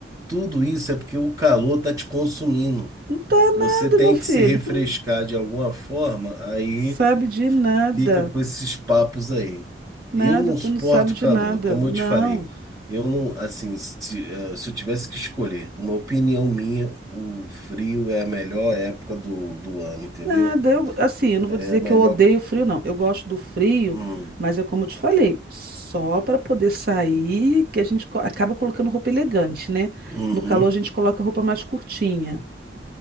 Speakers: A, on the right; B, on the right.
A: tudo isso é porque o calor tá te consumindo.
B: Não tá nada,
A: Você tem
B: meu filho.
A: que se refrescar
B: Hum,
A: de alguma forma, aí
B: Sabe de nada.
A: fica com esses papos aí.
B: Nada,
A: E Eu não
B: tu
A: suporto
B: não sabe de
A: calor,
B: nada.
A: como
B: Não,
A: eu te falei. Eu não, assim, se, eh, se eu tivesse que escolher, uma opinião minha, o frio é a melhor época do, do ano, entendeu?
B: nada. Eu, assim, eu não
A: É
B: vou dizer
A: a melhor.
B: que eu odeio frio, não. Eu gosto do frio,
A: Hum,
B: mas é como eu te falei, só para poder sair que a gente co- acaba colocando roupa elegante, né?
A: uhum,
B: No calor a gente coloca roupa mais curtinha.